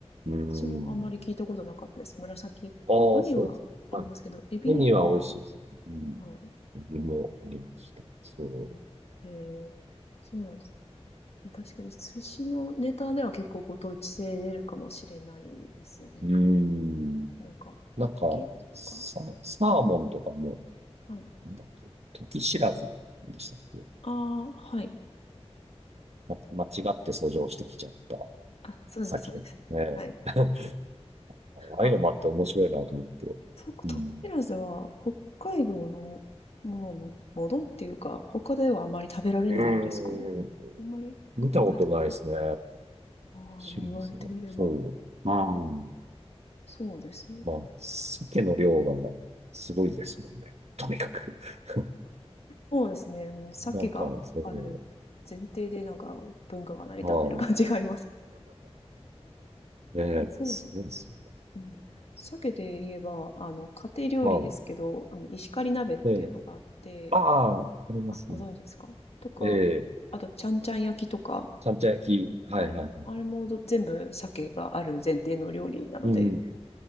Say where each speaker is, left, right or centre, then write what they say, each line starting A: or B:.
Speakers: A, on the left; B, on the right.
A: えー私もあんまり聞いたことなかったです。
B: うん。
A: 紫。
B: ああ、
A: うウニはありますけど、
B: そうですね。はい。
A: エビは、
B: ウニは美味しいですね。
A: は
B: うん。
A: い。
B: エビもありました。そ
A: うん、へえー、そうなんです。確かに寿司のネタでは結構ご当地性出るかもしれないですね。
B: う。うん。
A: なんか、ホッケとか
B: なんか、サ、サーモンとかも、
A: はい。はい。
B: なんだっけ、時知らずでしたっけ、
A: ああ、はい。
B: ま、間違って遡上してきちゃった
A: あ、そうです、
B: 酒。
A: そうです。
B: ねえ。
A: はい。
B: <laughs> ああいうのもあって面白いなと思って。
A: あ、そうか、トキシラズは
B: うん。
A: 北海道のものな、ものっていうか、他ではあまり食べられないんですかね。
B: うーん。
A: あんまり考えたこ
B: 見たことないですね。
A: とああ、
B: シリズの。
A: 言われてみれば、
B: そう。うん。
A: そうですね。
B: まあ、鮭の量がすごいですもんね。とにかく <laughs>
A: そうですね。もう鮭がある前提でなんか文化が成り立ってる感じがあります。
B: なんか、そう。ああ、<laughs> ねえ、
A: そうです
B: すごいですよね。
A: うん。鮭で言えば、あの、家庭料理ですけど、
B: はい。
A: あの、石狩鍋っていうのがあって、
B: で、ああ、ありますね。
A: あ、ご存知ですかとか、
B: ええ、
A: あと、ちゃんちゃん焼きとか、
B: ちゃんちゃん焼き。はいはいはい。
A: はい。あれもど全部鮭がある前提の料理なので、
B: うん。